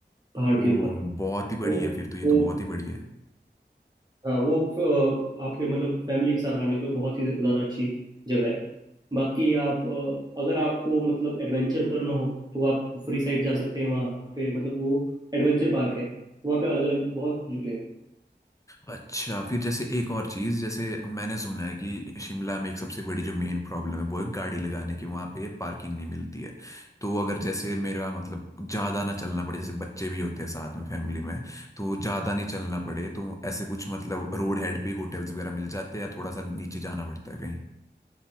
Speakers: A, on the right; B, on the left.
A: पहाड़
B: ओ
A: के ऊपर
B: बहुत
A: तो
B: ही बड़ी है फिर तो ये
A: वो
B: तो बहुत ही बड़ी है
A: हाँ वो अ, आपके मतलब फैमिली के साथ आने को बहुत ही ज़्यादा अच्छी जगह है बाकी आप अ, अगर आपको मतलब एडवेंचर करना हो तो आप फ्री साइड जा सकते हैं वहाँ पे मतलब वो एडवेंचर पार्क है वहाँ पे अलग अलग बहुत झूले हैं
B: अच्छा फिर जैसे एक और चीज जैसे मैंने सुना है कि शिमला में एक सबसे बड़ी जो मेन प्रॉब्लम है वो है गाड़ी लगाने की वहां पे पार्किंग नहीं मिलती है तो अगर जैसे मेरा मतलब ज्यादा ना चलना पड़े जैसे बच्चे भी होते हैं साथ में फैमिली में तो ज्यादा नहीं चलना पड़े तो ऐसे कुछ मतलब रोड हेड पे होटल्स वगैरह मिल जाते हैं या थोड़ा सा नीचे जाना पड़ता है कहीं